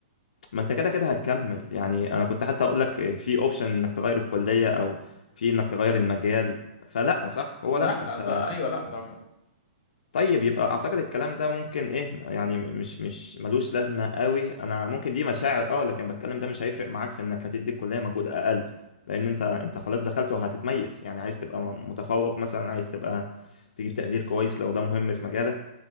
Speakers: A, on the left (about 70°); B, on the left (about 40°).
A: ما انت كده كده هتكمل يعني انا كنت حتى اقول لك في اوبشن انك تغير الكلية او في انك تغير المجال فلا صح هو لا
B: لا
A: ف
B: ده ايوه لا ده
A: طيب يبقى اعتقد الكلام ده ممكن ايه يعني مش مش ملوش لازمة قوي انا ممكن دي مشاعر اه لكن بتكلم ده مش هيفرق معاك في انك هتدي الكلية مجهود اقل لان انت انت خلاص دخلت وهتتميز يعني عايز تبقى متفوق مثلا عايز تبقى تجيب تقدير كويس لو ده مهم في مجالك